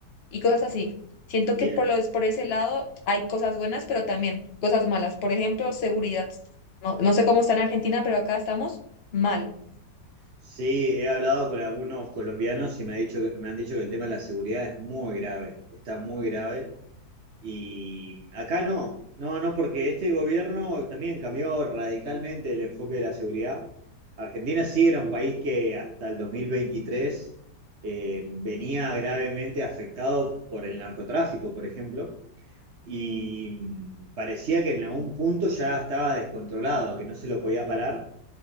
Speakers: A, on the left; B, on the right.
A: y cosas así. Siento
B: Bien.
A: que por los, por ese lado hay cosas buenas, pero también cosas malas. Por ejemplo, seguridad. No, no sé cómo está en Argentina, pero acá estamos mal.
B: Sí, he hablado con algunos colombianos y me ha dicho que- me han dicho que el tema de la seguridad es muy grave, está muy grave. Y acá no, no, no, porque este gobierno también cambió radicalmente el enfoque de la seguridad. Argentina sí era un país que hasta el 2023 eh, venía gravemente afectado por el narcotráfico, por ejemplo, y parecía que en algún punto ya estaba descontrolado, que no se lo podía parar.